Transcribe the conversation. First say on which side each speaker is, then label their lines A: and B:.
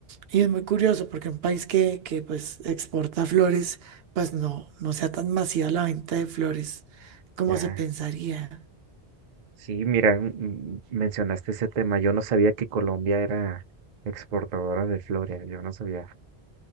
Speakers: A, on the right; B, on the right.
A: Y es muy curioso porque un país que, que pues exporta flores, pues no, no sea tan masiva la venta de flores como
B: ya,
A: se pensaría.
B: sí, mira, mm, mencionaste ese tema, yo no sabía que Colombia era exportadora de flores, yo no sabía.